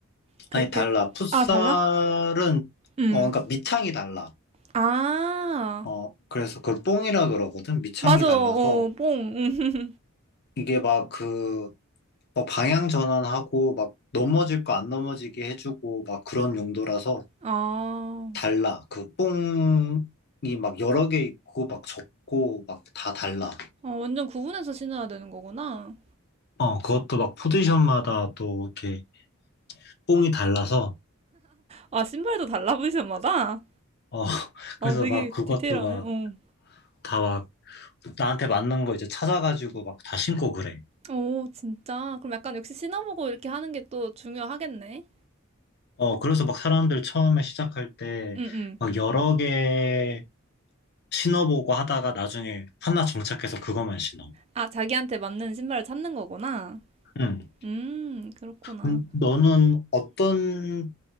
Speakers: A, on the right; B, on the left.
A: 그렇게.
B: 아니, 달라. 풋살은,
A: 아, 달라? 음.
B: 어, 그러니까 밑창이 달라.
A: 아,
B: 어, 그래서 그걸 뽕이라 그러거든. 밑창이
A: 맞아.
B: 달라서
A: 어, 뽕. 음.
B: 이게 막 그, 뭐 방향 전환하고 막 넘어질 거 안 넘어지게 해주고 막 그런 용도라서
A: 아,
B: 달라. 그 뽕이 막 여러 개 있고 막 적고 막 다 달라.
A: 어, 완전 구분해서 신어야 되는 거구나.
B: 어, 그것도 막 포지션마다 또 이렇게 뽕이 달라서,
A: 아, 신발도 달라, 포지션마다?
B: 어, <laughs>
A: 아,
B: 그래서
A: 되게
B: 막 그것도
A: 디테일하네.
B: 막
A: 어.
B: 다 막 나한테 맞는 거 이제 찾아가지고 막 다 신고 그래.
A: 오, 진짜. 그럼 약간 역시 신어보고 이렇게 하는 게 또 중요하겠네.
B: 어, 그래서 막 사람들 처음에 시작할 때
A: 응, 응.
B: 막 여러 개 신어보고 하다가 나중에 하나 정착해서 그것만 신어.
A: 아, 자기한테 맞는 신발을 찾는 거구나.
B: 응.
A: 음, 그렇구나.
B: 음, 너는 어떤